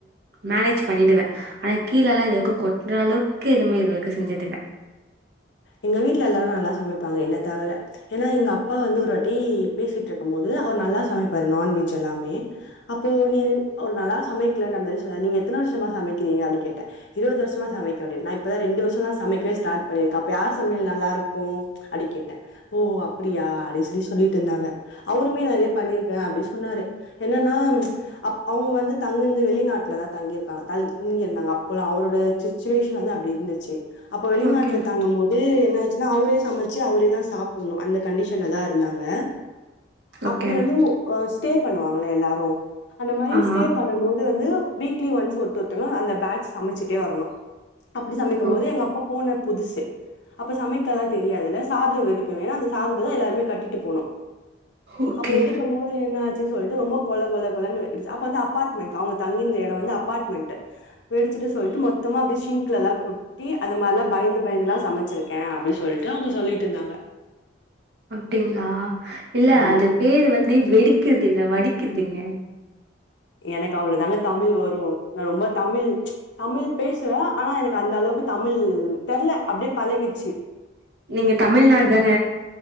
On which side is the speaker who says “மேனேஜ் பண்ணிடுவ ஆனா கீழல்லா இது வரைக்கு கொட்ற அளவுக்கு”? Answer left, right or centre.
Right